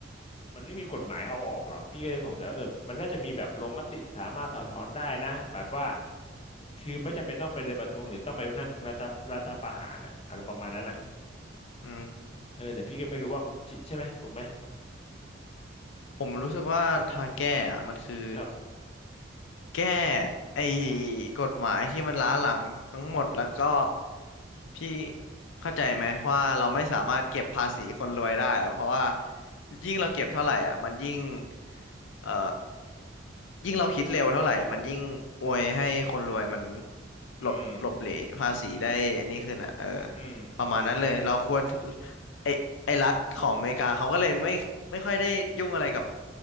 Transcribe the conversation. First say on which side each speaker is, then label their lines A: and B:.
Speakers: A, on the left; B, on the left.
A: มันไม่มีกฎหมายเอาออกเหรอพี่ก็เลยสงสัยว่าเออมันน่าจะมีแบบลงมติสามารถถอดถอนได้นะหมายว่าคือไม่จำเป็นต้องไปเดินประท้วงหรือต้องไปนั่งพึ่งรัฐรัฐประหารอะอะไรประมาณนั้นอะ
B: อืม
A: เออแต่พี่ก็ไม่รู้ว่าจริงใช่ไหมถูกไหม
B: ผมรู้สึกว่าทางแก้อะมันคือ
A: ครับ
B: แก้ไอ้กฎหมายที่มันล้าหลังทั้งหมดแล้วก็พี่เข้าใจไหมว่าเราไม่สามารถเก็บภาษีคนรวยได้อะเพราะว่ายิ่งเราเก็บเท่าไหร่อ่ะมันยิ่งเอ่อ ยิ่งเราคิดเร็วเท่าไหร่ มันยิ่งอวยให้คนรวยมันหลบหลบเหลภาษีได้อันนี้ขึ้นอ่ะเออ
A: อืมอืม
B: ประมาณนั้นเลย เราควรไอไอรัฐของอเมริกาเขาก็เลยไม่ไม่ค่อยได้ยุ่งอะไรกับ